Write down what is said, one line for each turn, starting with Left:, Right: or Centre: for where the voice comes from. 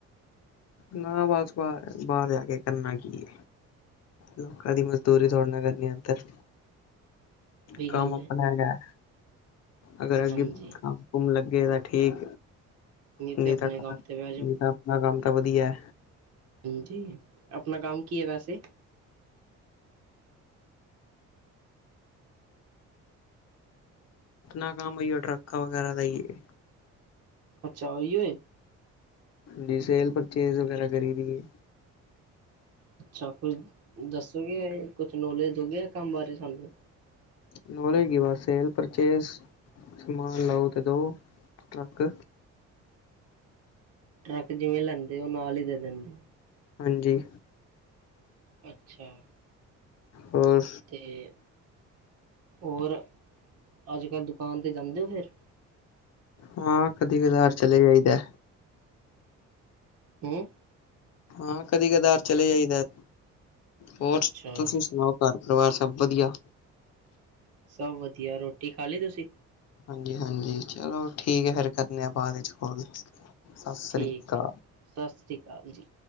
Left: ਨਾ ਵਸ ਬਾਰ ਬਾਹਰ ਜਾ ਕੇ ਕਰਨਾ ਕੀ ਏ? ਲੋਕਾਂ ਦੀ ਮਜ਼ਦੂਰੀ ਥੋੜ੍ਹ ਨਾ ਕਰਨੀ ਏਧਰ।
Right: ਵੀ
Left: ਕੰਮ
Right: ਗੱਲ
Left: ਅਪਣਾ
Right: ਏ
Left: ਹੈਗਾ ਐ‌। ਅਗਰ ਅੱਗੇ
Right: ਹਾਂਜੀ
Left: ਕੰਮ ਕੁਮ ਲੱਗੇ ਤਾਂ ਠੀਕ।
Right: ਨਈ
Left: ਨਹੀਂ
Right: ਤੇ ਆਪਣੇ
Left: ਤਾਂ ਘਰ
Right: ਕੰਮ
Left: ਨਹੀਂ
Right: ਤੇ ਬੈ ਜੋ।
Left: ਤਾਂ ਆਪਣਾ ਕੰਮ ਵਧੀਆ ਐ।
Right: ਜੀ, ਆਪਣਾ ਕੰਮ ਕੀ ਐ ਵੈਸੇ?
Left: ਅਪਨਾ ਕੰਮ ਓਈ ਓ ਟਰੱਕਾ ਵਗੈਰਾ ਦਾ ਈ ਏ।
Right: ਅੱਛਾ, ਔਈ ਓਏ।
Left: ਜੀ ਸੇਲ ਪਰਚੇਜ਼ ਵਗੈਰਾ ਕਰੀ ਦੀ ਏ।
Right: ਅੱਛਾ, ਕੁਛ ਦੱਸੋਗੇ ਕੁਛ ਨੌਲੇਜ ਦੋਗੇ ਐ ਕੰਮ ਬਾਰੇ ਸਾਨੂੰ?
Left: ਨੋਲੇਜ ਕੀ ਬਸ ਸੇਲ ਪਰਚੇਜ਼। ਸਮਾਨ ਲਓ ਤੇ ਦਓ ਟਰੱਕ।
Right: ਟਰੱਕ ਜਿਵੇਂ ਲੈਂਦੇ ਓ ਨਾਲ ਹੀ ਦੇ ਦਿੰਦੇ।
Left: ਹਾਂਜੀ।
Right: ਅੱਛਾ।
Left: ਹੋਰ
Right: ਤੇ ਹੋਰ ਅੱਜ ਕੱਲ੍ਹ ਦੁਕਾਨ ਤੇ ਜਾਂਦੇ ਓ ਫੇਰ?
Left: ਹਾਂ ਕਦੀ-ਕਦਾਰ ਚਲੇ ਜਾਈਦਾ।
Right: ਹੁਂ।
Left: ਹਾਂ ਕਦੀ ਕਦਾਰ ਚਲੇ ਜਾਈਦਾ। ਹੋਰ
Right: ਅੱਛਾ
Left: ਤੁਸੀ ਸੁਣਾਓ ਘਰ ਪਰਿਵਾਰ ਸਭ ਵਦੀਆ।
Right: ਸਬ ਵਦੀਆ ਰੋਟੀ ਖਾ ਲਈ ਤੁਸੀ?
Left: ਹਾਂਜੀ- ਹਾਂਜੀ, ਚਲੋ ਠੀਕ ਏ ਫੇਰ ਕਰਨੇ ਆਂ ਬਾਦ ਚ ਕੋਲ। ਸ੍ਰੀ
Right: ਠੀਕ
Left: ਅਕਾਲ
Right: ਏ, ਸਾਸੀ ਕਾਲ ਜੀ।